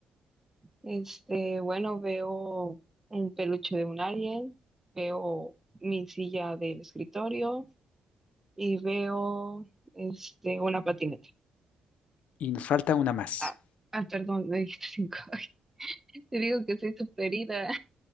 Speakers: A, on the right; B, on the left.
A: Este, bueno, veo un peluche de un alien, veo mi silla del escritorio y veo, este, una patineta.
B: Y nos falta una más.
A: Ah, ah, perdón, me dijiste cinco. <laughs> Te digo que soy súper ida.